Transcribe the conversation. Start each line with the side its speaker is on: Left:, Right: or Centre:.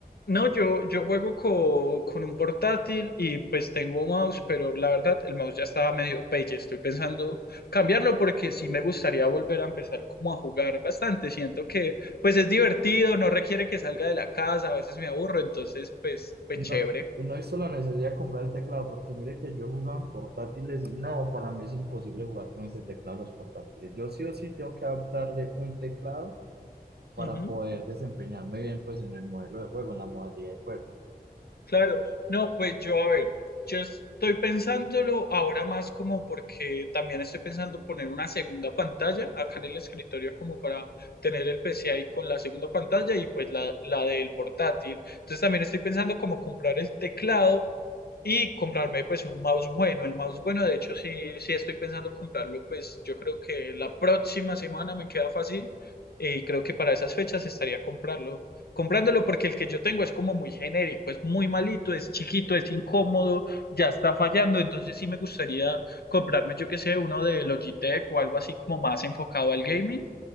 Left: No, yo, yo juego co- con un portátil y pues tengo mouse, pero la verdad el mouse ya estaba medio pelle. Estoy pensando cambiarlo porque sí me gustaría volver a empezar como a jugar bastante. Siento que pues es divertido, no requiere que salga de la casa, a veces me aburro, entonces pues, pues
Right: No,
Left: chévere.
Right: y no he visto la necesidad de comprar el teclado, porque mire que yo jugaba en portátiles y no, para mí es imposible jugar con este teclado los portátiles. Yo sí o sí tengo que adaptarle un teclado para
Left: Ujú.
Right: poder desempeñarme bien pues en el modelo de juego, en la modalidad de juego.
Left: Claro, no, pues yo a ver, yo estoy pensándolo ahora más como porque también estoy pensando poner una segunda pantalla acá en el escritorio como para tener el PC ahí con la segunda pantalla y pues la, la del portátil. Entonces también estoy pensando como comprar el teclado y comprarme pues un mouse bueno. El mouse bueno, de hecho, sí, sí estoy pensando comprarlo, pues yo creo que la próxima semana me queda fácil y creo que para esas fechas estaría comprarlo. Comprándolo porque el que yo tengo es como muy genérico, es muy malito, es chiquito, es incómodo, ya está fallando, entonces sí me gustaría comprarme, yo que sé, uno de Logitech o algo así como más enfocado al gaming.